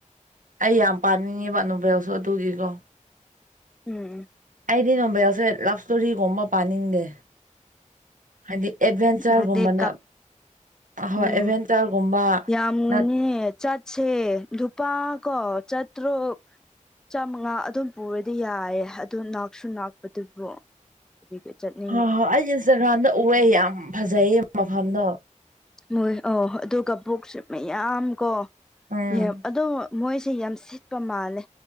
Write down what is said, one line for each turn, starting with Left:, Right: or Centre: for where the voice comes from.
Right: ꯑꯩ ꯌꯥꯝ ꯄꯥꯅꯤꯡꯉꯦꯕ ꯅꯨꯕꯦꯜꯁꯨ ꯑꯗꯨꯒꯤꯀꯣ
Centre: ꯎꯝ ꯎꯝ
Right: ꯑꯩꯗꯤ ꯅꯣꯕꯦꯜꯁꯦ ꯂꯞ ꯏꯁꯇꯣꯔꯤꯒꯨꯝꯕ ꯄꯥꯅꯤꯡꯗꯦ ꯍꯥꯏꯗꯤ ꯑꯦꯗꯚꯦꯟꯆꯔꯒꯨꯝꯕꯅ
Centre: ꯅꯗꯤ ꯀꯞ
Right: ꯍꯣꯏ
Centre: ꯎꯝ
Right: ꯑꯦꯗꯚꯦꯟꯆꯔꯒꯨꯝꯕ
Centre: ꯌꯥꯝꯒꯅꯦ
Right: ꯅꯠ
Centre: ꯆꯠꯁꯦ ꯂꯨꯄꯥ ꯀꯣ ꯆꯠ ꯇ꯭ꯔꯣꯛ ꯆꯥꯃꯉꯥ ꯑꯗꯨꯝ ꯄꯨꯔꯗꯤ ꯌꯥꯑꯦ ꯑꯗꯨ ꯅꯥꯛꯁꯨ ꯅꯥꯛꯄꯗꯨꯕꯨ ꯔꯤꯒ꯭ꯔꯦꯠ ꯆꯠꯅꯤ
Right: ꯍꯣꯏ ꯍꯣꯏ ꯑꯩ ꯏꯟꯁꯇꯥꯒ꯭ꯔꯥꯝꯗ ꯎꯑꯦ ꯌꯥꯝ ꯐꯖꯩꯌꯦ ꯃꯐꯝꯗꯣ
Centre: ꯃꯣꯏ ꯑꯧ ꯍꯣꯏ ꯑꯗꯨꯒ ꯄꯨꯛꯁꯦ ꯃꯌꯥꯝ ꯀꯣ
Right: ꯎꯝ
Centre: ꯌꯦꯝ ꯑꯗꯨ ꯃꯣꯏꯁꯦ ꯌꯥꯝ ꯁꯤꯠꯄ ꯃꯥꯜꯂꯦ